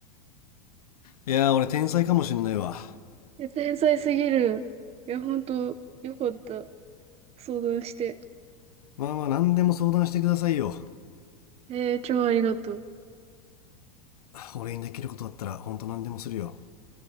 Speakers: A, on the left (about 80°); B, on the right (about 35°).
A: いやー俺天才かもしんないわ
B: いや天才すぎる。いや、ほんと、よかった。相談して。
A: まあまあ何でも相談してくださいよ
B: えー、超ありがとう。
A: 俺にできることだったらほんと何でもするよ